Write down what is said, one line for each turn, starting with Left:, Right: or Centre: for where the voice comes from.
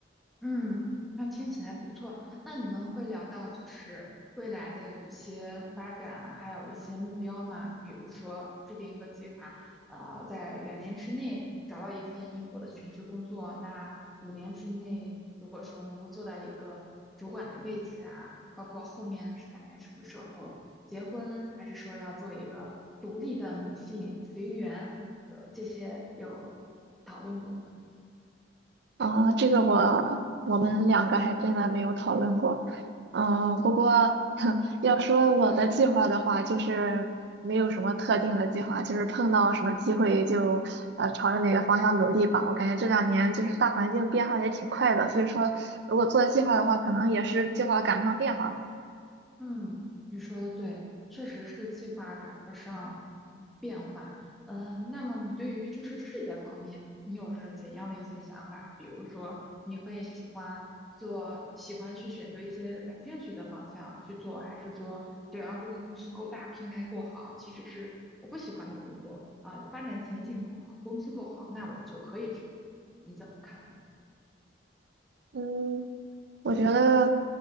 Centre: 嗯，那听起来不错。那你们会聊到就是未来的一些发展，还有一些目标吗？比如说制定一个计划，呃，在两年之内找到一份英国的全职工作，那五年之内如果说能够做到一个主管的位置啊，包括后面是大概什么时候结婚，还是说要做一个独立的女性随缘，呃，这些有讨论过吗？
Right: 啊，这个我我们两个还真的没有讨论过。嗯，不过 <laughs> 要说我的计划的话，就是没有什么特定的计划，就是碰到什么机会就呃朝着哪个方向努力吧。我感觉这两年就是大环境变化也挺快的，所以说如果做计划的话，可能也是计划赶不上变化嘛。
Centre: 嗯，你说的对，确实是计划赶不上变化。呃，那么你对于就是事业方面，你有着怎样的一些想法？比如说，你会喜欢做，喜欢去选择一些感兴趣的方向去做，还是说只要这个公司够大，平台够好，即使是我不喜欢的工作啊，发展前景够好，工资够好，那我就可以去做。你怎么看呢？
Right: 嗯，我觉得，